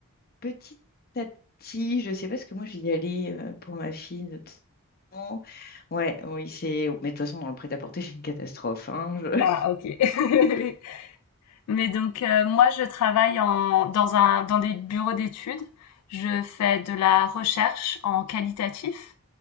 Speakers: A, on the left; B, on the left.
A: petit à petit. Je sais pas, parce que moi, j'y allais euh, pour ma fille de temps. Ouais, oui, c'est. Mais de toute façon, dans le prêt-à-porter, c'est une catastrophe. hein. Je-
B: ah ok. <laughs> Mais donc euh, moi, je travaille en, dans un, dans des bureaux d'études. Je fais de la recherche en qualitatif.